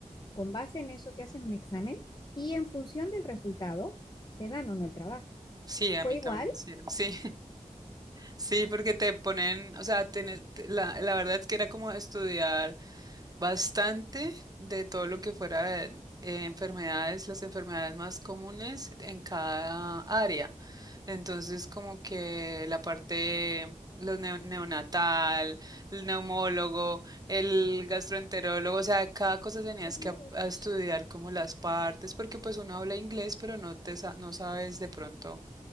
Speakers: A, on the left; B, on the right.
A: con base en eso te hacen un examen y en función del resultado te dan o no el trabajo.
B: Sí,
A: ¿Fue
B: a mí
A: igual?
B: también me hicieron. Sí. Sí, porque te ponen, o sea, tenés- te- la, la verdad es que era como estudiar bastante de todo lo que fuera eh, enfermedades, las enfermedades más comunes en cada área. Entonces, como que la parte, los neo- neonatal, el neumólogo, el gastroenterólogo, o sea, de cada cosa tenías
A: Uch,
B: que a- a estudiar como las partes, porque pues uno habla inglés, pero no te, sa- no sabes de pronto.